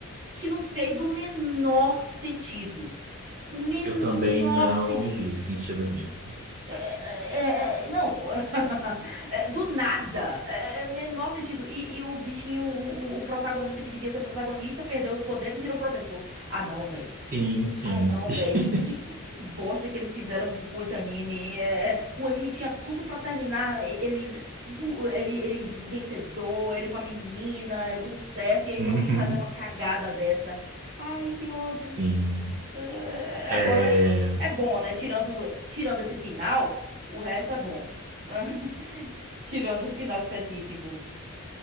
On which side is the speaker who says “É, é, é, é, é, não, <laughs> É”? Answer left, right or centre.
Right